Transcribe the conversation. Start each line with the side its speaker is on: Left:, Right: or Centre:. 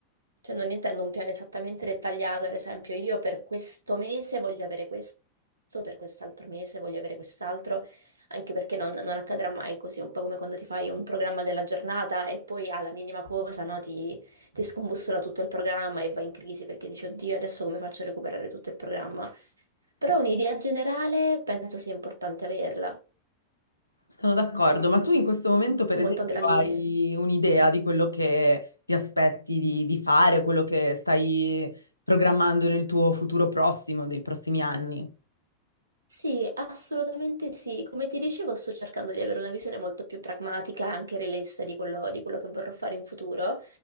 Right: Cioè non intendo un piano esattamente dettagliato, ad esempio io per questo mese voglio avere questo, per quest'altro mese voglio avere quest'altro anche perché non, non accadrà mai così, un po' come quando ti fai un programma della giornata e poi alla minima cosa, no, ti, ti scombussola tutto il programma e vai in crisi perché dici, oddio, adesso come faccio a recuperare tutto il programma? Però
Left: <laughs>
Right: un'idea generale penso sia importante averla,
Left: Sono d'accordo, ma tu in questo momento, per
Right: cioè
Left: esempio,
Right: molto a grandi
Left: hai
Right: linee.
Left: un'idea di quello che ti aspetti di, di fare, quello che stai programmando nel tuo futuro prossimo, nei prossimi anni?
Right: Sì, assolutamente sì. Come ti dicevo, sto cercando di avere una visione molto più pragmatica e anche realista di quello, di quello che vorrò fare in futuro.